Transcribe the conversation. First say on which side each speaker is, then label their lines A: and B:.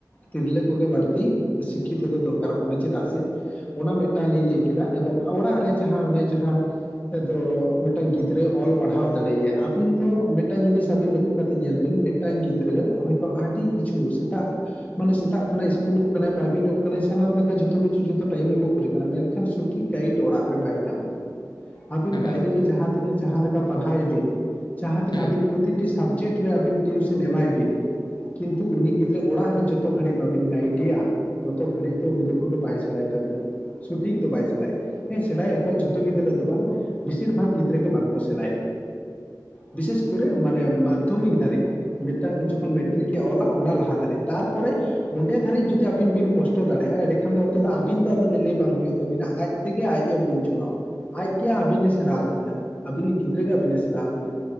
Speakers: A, on the left; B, on the left.
A: ᱛᱤᱨᱞᱟᱹ ᱠᱚᱜᱮ ᱵᱟᱹᱲᱛᱤ ᱥᱤᱠᱠᱷᱤᱛᱚ ᱫᱚ ᱫᱚᱨᱠᱟᱨᱚᱜ ᱠᱟᱱᱟ ᱪᱮᱫᱟᱜ ᱥᱮ ᱚᱱᱟ ᱢᱤᱫᱴᱟᱝ ᱞᱤᱧ ᱞᱟᱹᱭ ᱠᱮᱫᱟ ᱮᱵᱚᱝ ᱚᱲᱟᱜ ᱨᱮ ᱡᱟᱦᱟᱸ ᱚᱱᱮ ᱡᱟᱦᱟᱸ ᱫᱚ ᱢᱤᱫᱴᱟᱝ ᱜᱤᱫᱽᱨᱟᱹ ᱚᱞ ᱯᱟᱲᱦᱟᱣ ᱫᱟᱲᱮᱭᱟ ᱟᱵᱤᱱ ᱫᱚ ᱢᱤᱫᱴᱟᱝ ᱡᱤᱱᱤᱥ ᱟᱹᱵᱤᱱ ᱞᱚᱠᱠᱷᱚ ᱠᱟᱛᱮᱜ ᱧᱮᱞ ᱵᱤᱱ ᱢᱤᱫᱴᱟᱝ ᱜᱤᱫᱽᱨᱟᱹ ᱦᱳᱭᱛᱚ ᱟᱹᱰᱤ ᱠᱤᱪᱷᱩ ᱥᱮᱛᱟᱜ ᱢᱟᱱᱮ ᱥᱮᱛᱟᱜ ᱠᱷᱚᱱᱟᱜ ᱤᱥᱠᱩᱞᱚᱜ ᱠᱟᱱᱟᱭ ᱯᱨᱟᱭᱵᱷᱮᱴᱚᱜ ᱠᱟᱱᱟᱭ ᱥᱟᱱᱟᱢ ᱞᱮᱠᱟ ᱡᱷᱚᱛᱚ ᱠᱤᱪᱷᱩ ᱡᱚᱛᱚ ᱴᱟᱭᱤᱢ ᱨᱮᱠᱚ ᱠᱩᱞᱮ ᱠᱟᱱᱟ ᱢᱮᱱᱠᱷᱟᱱ ᱥᱚᱴᱷᱤᱠ ᱜᱟᱭᱤᱰ ᱚᱲᱟᱜ ᱨᱮ ᱵᱟᱭ ᱧᱟᱢᱼᱟ ᱟᱵᱤᱱ
B: ᱦᱮᱸ
A: ᱵᱟᱭᱨᱮ ᱨᱮ ᱡᱟᱦᱟᱸ ᱛᱤᱱᱟᱹᱜ ᱡᱟᱦᱟᱸ ᱞᱮᱠᱟ ᱯᱟᱲᱦᱟᱣ ᱮᱵᱤᱱ ᱡᱟᱦᱟᱸ ᱛᱤᱱᱟᱹᱜ
B: ᱦᱮᱸ ᱦᱮᱸ
A: ᱟᱵᱤᱱ
B: ᱦᱮᱸ ᱦᱮᱸ
A: ᱯᱨᱚᱛᱤᱴᱤ ᱥᱟᱵᱡᱮᱠᱴ ᱨᱮ ᱟᱹᱵᱤᱱ ᱴᱤᱭᱩᱥᱚᱱ ᱮᱢᱟᱭ ᱵᱤᱱ ᱠᱤᱱᱛᱩ ᱩᱱᱤ ᱜᱤᱫᱽᱨᱟᱹ ᱚᱲᱟᱜ ᱨᱮ ᱡᱚᱛᱚ ᱜᱷᱟᱹᱲᱤᱡ ᱵᱟᱵᱤᱱ ᱜᱟᱭᱤᱰ ᱮᱭᱟ ᱛᱚᱛᱚ ᱜᱷᱟᱹᱲᱤᱡ ᱫᱚ ᱩᱱᱤ ᱫᱚ ᱠᱤᱱᱛᱩ ᱵᱟᱭ ᱥᱮᱬᱟᱭ ᱛᱟᱵᱤᱱᱟ ᱥᱚᱴᱷᱤᱠ ᱫᱚ ᱵᱟᱭ ᱥᱮᱬᱟᱭᱟ ᱦᱮᱸ ᱥᱮᱬᱟᱭᱟ ᱡᱷᱚᱛᱚ ᱜᱤᱫᱽᱨᱟᱹ ᱫᱚ ᱵᱟᱝ ᱵᱮᱥᱤᱨ ᱵᱷᱟᱜᱽ ᱜᱤᱫᱽᱨᱟᱹ ᱜᱮ ᱵᱟᱝᱠᱚ ᱥᱮᱬᱟᱭᱟ ᱵᱤᱥᱮᱥ ᱠᱚᱨᱮ ᱢᱟᱱᱮ ᱢᱟᱫᱽᱫᱷᱚᱢᱤᱠ ᱫᱷᱟᱹᱨᱤᱡ ᱢᱤᱫᱴᱟᱝ ᱡᱚᱠᱷᱚᱱ ᱢᱮᱴᱨᱤᱠ ᱮ ᱚᱞᱟ ᱚᱱᱟ ᱞᱟᱦᱟ ᱫᱷᱟᱹᱨᱤᱡ ᱛᱟᱨᱯᱚᱨᱮ ᱚᱸᱰᱮ ᱫᱷᱟᱹᱨᱤᱡ ᱡᱩᱫᱤ ᱟᱹᱵᱤᱱ ᱵᱤᱱ ᱠᱥᱴᱚ ᱫᱟᱲᱮᱭᱟᱜᱼᱟ ᱮᱰᱮ ᱟᱱ ᱫᱚ ᱚᱱ ᱫᱚ ᱟᱹᱵᱤᱱ ᱫᱚ ᱟ ᱞᱟᱹᱤᱞᱟᱹᱭ ᱵᱟᱝ ᱦᱩᱭᱩᱜ ᱛᱟᱵᱤᱱᱟ ᱟᱡ ᱛᱮᱜᱮ ᱟᱡ ᱮ ᱵᱩᱡᱽ ᱡᱚᱼᱟ᱾ ᱟᱡᱜᱮ ᱟᱹᱵᱤᱱᱮ ᱥᱮᱬᱟ ᱟᱹᱵᱤᱱᱟ, ᱟᱹᱵᱤᱱᱤᱡ ᱜᱤᱫᱽᱨᱟᱹ ᱜᱮ ᱟᱹᱵᱤᱱᱮ ᱥᱮᱬᱟ ᱟᱵᱤᱱᱟᱱ᱾